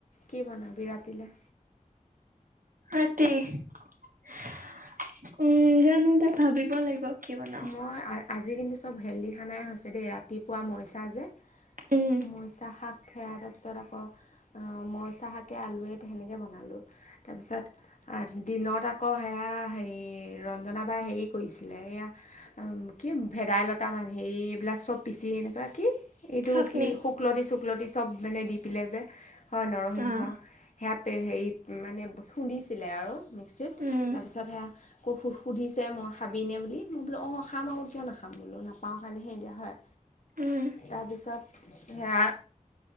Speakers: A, on the left; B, on the right.
A: কি বনাবি ৰাতিলে।
B: ৰাতি উম, জানো দে ভাবিব লাগিব। কি বনাও।
A: মই আজি কিন্তু চব হেল্ডি খানাই হৈছে দেই ৰাতিপুৱা মৰিছা যে
B: উম
A: মৰিচা শাক সেয়া তাৰ পিছত আকৌ অ, মৰিচা শাকে আলুৱে সেনেকে বনালো তাৰপিছত দিনত আকৌ সেয়া হেৰি ৰঞ্জনা বাই হেৰি কৰিছিলে এইয়া কি ভেদাইলতা মান হে এইবিলাক চব পিচি এনেকুৱা কি এইটো
B: চাটনি
A: কি শুকলকলতি চুকলতি চব মানে দি পেললে যে হয় নৰসিংহ
B: অ'
A: সে হেৰিত মানে খুন্দিছিলে আৰু মিক্সিত
B: উম
A: তাৰপিছত সে আকো স - সুধিছে মই ভাবিনে বুলি। মই বোলো অ, খাম আকৌ কিয় নাখাম বোলো নাপাও কাৰণে সে দিয়া হয়।
B: উম
A: তাৰপিছত সেয়া